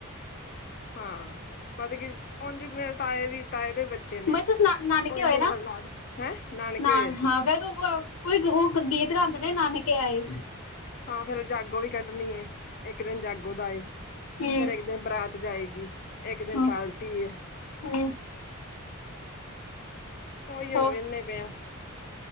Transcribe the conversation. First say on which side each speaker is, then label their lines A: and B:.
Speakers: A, on the left (about 45°); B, on the left (about 90°).
A: ਹਾਂ ਵੱਧ ਗਿਆ ਹੁਣ ਜੇ ਮੇਰੇ ਤਾਏ ਵੀ, ਤਾਏ ਦੇ ਬੱਚੇ ਨੇ
B: ਮੈਂ ਤੁਸੀਂ ਨਾ ਨਾਨਕੇ
A: ਉਹ ਇਹਨੇ
B: ਹੋਏ ਨਾ
A: ਨਾਲ ਲਾਦੋ ਹੈਂ ਨਾਨਕੇ
B: ਨਾ
A: ਹੋਏ ਸੀ।
B: ਹਾਂ ਫੇਰ ਕੋਈ ਉਹ ਗੀਤ ਗਾਦੇ ਨੇ ਨਾਨਕੇ ਆਏ,
A: ਹਾਂ ਫੇਰ ਉਹ ਜਾਗੋ ਵੀ ਕੱਢਣੀ ਇੱਕ ਦਿਨ ਜਾਗੋ ਦਾ ਏ
B: ਹਮ
A: ਫੇਰ ਇੱਕ ਦਿਨ ਬਰਾਤ, ਜਾਏਗੀ ਇੱਕ ਦਿਨ
B: ਹਮ
A: ਪਾਰਟੀ ਹੈ,
B: ਹਮ
A: ਉਹੀ ਹੁਣ
B: ਹੋ
A: ਵੇਨੇ ਪਏ ਆ।